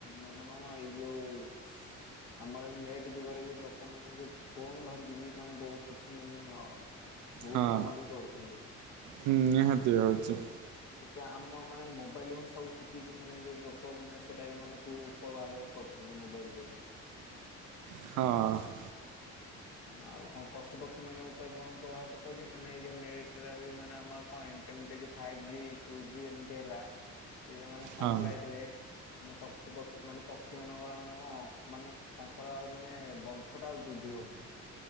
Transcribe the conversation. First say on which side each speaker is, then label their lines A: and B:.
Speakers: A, on the left (about 55°); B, on the right (about 75°).
A: ମାନେ କଣ ଏଇ ଯୋଉ <unintelligible> ଆମର ନେଟ୍ ଯୁଗରେ ବି ଲୋକମାନୋନେ ଫୋନ ଧରିକି ବି ମାନେ ବହୁତ କିଛି ମାନେ ଭୁଲ
B: ହଁ
A: କାମ ବି କରୁଛନ୍ତି।
B: ହୁଁ ନିହାତି ଅଛି।
A: ଆମ ମାନେ ମୋବାଇଲ ହ ସବୁ ଶିଖିକି ମାନେ ଲୋକ ମାନେ ସେଟା ମାନେ କୁ ବାହାର କରୁଛନ୍ତି ମୋବାଇଲ ରୁ
B: ହଁ।
A: ଆଉ କଣ ପଶୁପକ୍ଷୀ ମାନଙ୍କ ଉପରେ କଣ ପ୍ରଭାବ ପ କହୁଛି ମେ ଏଇ ଯୋଉ ନଟ ମାନେ ଆମର କଣ ଇଣ୍ଟେର୍ନେଟ ଯୋଉ ଫାଇବେ ଜି ଟ୍ୱ ଜି ଏମତି ହେଲା। ସେ ଯଉ ମାନେ ସାଟେଲାଇଟ
B: ହଁ
A: ରେ। ମାନେ ପଶୁ ପକ୍ଷୀ ମାନେ ପକ୍ଷୀ ମାନଙ୍କର ମାନେ କଣ ମାନେ ତାଙ୍କର ଆଉ ମାନେ ବଂଶ ଟା ବୃଦ୍ଧି ହଉନି